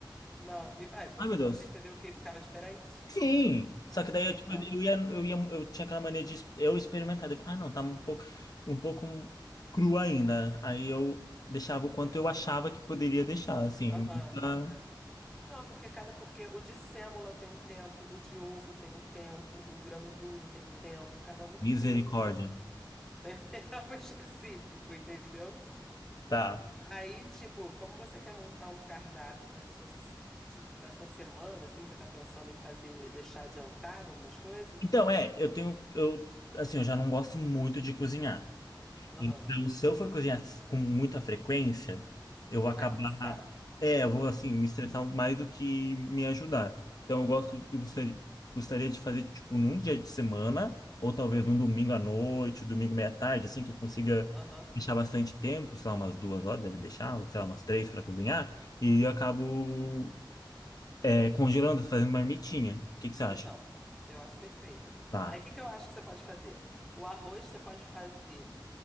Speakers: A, in the centre; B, on the left.
A: não. E vai, você
B: Ai, meu
A: nunca
B: Deus.
A: percebeu que ficava diferente?
B: Sim! Só que daí
A: É,
B: eu, tipo,
A: Então,
B: eu ia, eu ia, eu tinha aquela maneira de es- eu experimentar. Eu falava, ah, não, tá um pouco, um pouco cru ainda. Aí eu deixava o quanto eu achava que poderia deixar, assim.
A: aham.
B: pra-
A: é. Não, porque cada porque o de sêmola tem um tempo, o de ovo tem um tempo, o grano duro tem um tempo, cada um
B: Misericórdia.
A: tem um tem <laughs> tempo específico, entendeu?
B: Tá.
A: Aí, tipo, como você quer montar um cardápio para sua tipo, para sua semana, assim, você tá pensando em fazer deixar adiantado algumas coisas?
B: Então, é, eu tenho, eu, assim, eu já não gosto muito de cozinhar.
A: Aham,
B: Então, se eu for cozinhar com muita frequência, eu vou
A: vai
B: acabar.
A: cansar.
B: É, eu vou, assim, me estressar mais do que me ajudar. Então, eu gosto,
A: né?
B: eu gostaria, gostaria de fazer, tipo, num dia de semana, ou talvez num domingo à noite, domingo meia-tarde, assim, que eu consiga
A: Aham.
B: deixar bastante tempo, sei lá, umas duas horas deve deixar, ou sei lá, umas três para cozinhar, e eu acabo, é, congelando, fazendo uma marmitinha. O que que você acha?
A: Então, eu acho perfeito.
B: Tá,
A: Aí, o que que eu acho que você pode fazer? O arroz você pode fazer